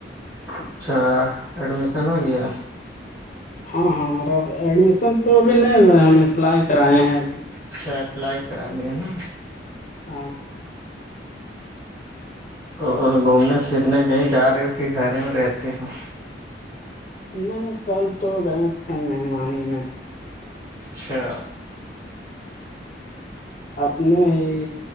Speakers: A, on the right; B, on the left.
A: اچھا ایڈمشن ہو گیا
B: ہاں ہمارا ایڈمیشن تو ابھی نہیں ہوا ہے ہم اپلائی کرائے ہیں ابھی
A: اچھا اپلائی کرا دیا نا
B: ہاں
A: اور گھومنے پھرنے کہیں جا رہے ہو کہ گھر میں رہتی ہ
B: نہیں کل تو گئے تھے مہمانی میں
A: اچھا
B: اپنے ہی